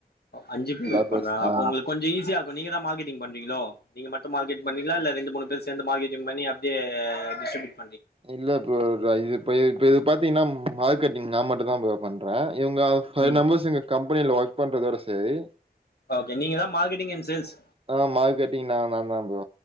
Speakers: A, on the left; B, on the right.
A: அஞ்சு பேர்
B: லேபர்ஸ்
A: ஒர்க் பண்றாங்க
B: ஆ
A: அப்ப உங்ளுக் கொஞ்சோ ஈசிய இருக்கு நீங்கதா மார்கெட் டிங் பண்றீங்ளோ நீங்க மட்டு மார்கெட் பண்றீங்ளா இல்ல ரெண்டு மூணு பேர் சேந்து மார்கெடிங் பண்ணி அப்டியே டிஸ்டிப்யூட்
B: இல்ல ப்ரோ இது இப்ப இப்ப இது பாத்தீங்கனா மார்கெட்டிங் நா மட்டுதா ப்ரோ பண்றே இவுங்க ஃபைவ்
A: ம்
B: நம்பர்ஸ் எங்க கம்பேனில ஒர்க் பண்றதோட சேரி
A: ஓகே நீங்கதா மார்கெடிங் அண் சேல்ஸ்
B: ஆ மார்கெட்டிங் நா நாதா ப்ரோ